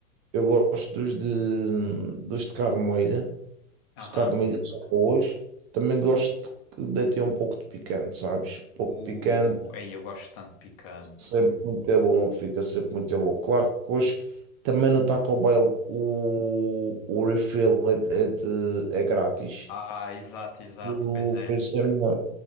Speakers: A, on the right; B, on the left.
A: eu gosto dos de, dos de carne moída.
B: Aham.
A: Os de carne moída são boas. Também gosto de ter um pouco de picante, sabes? Um pouco
B: Uh,
A: de picante,
B: aí eu gosto tanto de picante.
A: sempre muito é bom, fica sempre muito é bom. Claro que depois também no Taco Bell o, o refill é, de- é, de- é grátis.
B: Ah, exato, exato,
A: O
B: pois é.
A: preço é melhor.